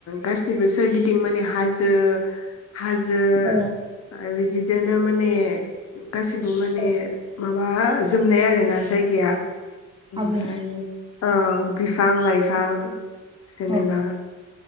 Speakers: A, on the left; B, on the right.
A: गासिबो सोरगिदिं माने हाजो हाजो
B: औ
A: आरो बिदिजोंनो माने गासिबो माने
B: औ
A: मा माबा जोबनाय आरोना जायगाया। ओमफ्राय,
B: आबुं
A: अ। बिफां लाइफां जेनेबा
B: औ